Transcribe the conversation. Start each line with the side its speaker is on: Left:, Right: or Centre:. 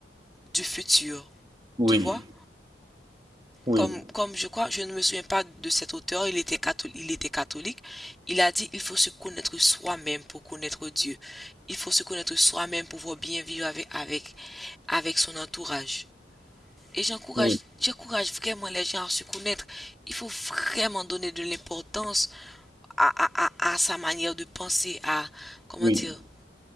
Centre: du futur,
Right: oui,
Centre: tu vois?
Right: oui,
Centre: Comme, comme je crois, je ne me souviens pas de cet auteur, il était catholique, il était catholique. Il a dit, il faut se connaître soi-même pour connaître Dieu. Il faut se connaître soi-même pour pouvoir bien vivre avec, avec, avec son entourage. Et j'encourage,
Right: oui,
Centre: j'encourage vraiment les gens à se connaître. Il faut vraiment donner de l'importance à, à, à, à sa manière de penser, à, comment
Right: oui,
Centre: dire,
Right: oui,